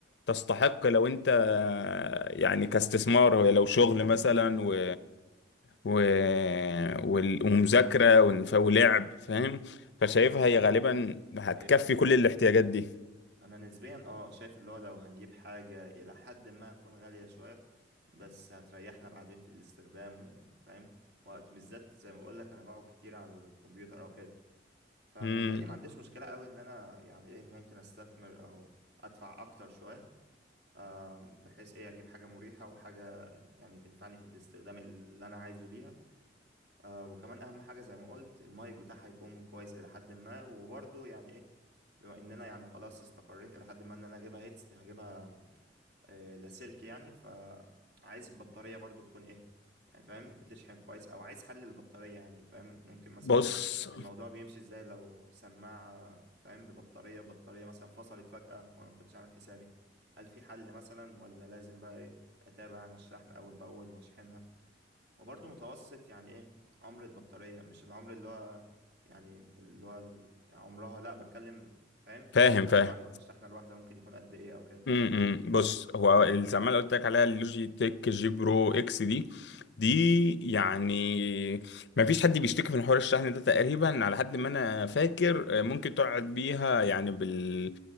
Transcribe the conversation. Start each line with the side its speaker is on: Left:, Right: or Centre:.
Left: تستحق لو أنت آه، يعني كاستثمار هو لو شغل
Right: مم.
Left: مثلا
Right: مم.
Left: و... و... وال- ومذاكرة ونف- ولعب فاهم فشايفها
Right: ايوه
Left: هي غالبا
Right: ايوه
Left: هتكفي
Right: هي
Left: كل الاحتياجات دي
Right: انا نسبيا اه شايف اللي هو لو هنجيب حاجة الى حد ما هتكون غالية شوية بس هتريحنا بعدين في الاستخدام وفاهم وقت بالذات زي ما بقول لك انا بقعد كتير على الكمبيوتر او كده فمتهيألي
Left: مم.
Right: ما عنديش مشكلة قوي ان انا يعني ايه ممكن استثمر او ادفع اكتر شوية آم، بحيث ايه اجيب حاجة مريحة وحاجة يعني تنفعني في الاستخدام اللي انا عايزه ليها آه وكمان اهم حاجه زي ما قلت المايك بتاعها هيكون كويس الى حد ما وبرضه يعني ايه بما اننا يعني خلاص استقريت الى حد ما ان انا هجيبها هيتس هجيبها آه لاسلكي يعني فعايز البطاريه برضه تكون ايه يعني فاهم بتشحن كويس او عايز حل للبطاريه يعني فاهم ممكن مثلا
Left: بص
Right: الموضوع بيمشي ازاي لو سماعه فاهم ببطاريه بطاريه مثلا فصلت فجاه وانا ما كنتش عامل حسابي هل في حل مثلا ولا لازم بقى ايه اتابع انا الشحن اول باول واشحنها وبرضه متوسط يعني ايه عمر البطارية مش العمر اللي هو يعني اللي هو ال- يعني عمرها لا بتكلم فاهم في
Left: فاهم
Right: الاستخدام
Left: فاهم
Right: الواحد في الشحنة الواحدة ممكن يكون قد ايه او كده
Left: امم بص هو السماعه اللي قلت لك عليها اللوجي تك جي برو اكس دي دي يعني ما فيش حد بيشتكي من حوار الشحن ده تقريبا على حد ما انا فاكر آه، ممكن تقعد بيها يعني بال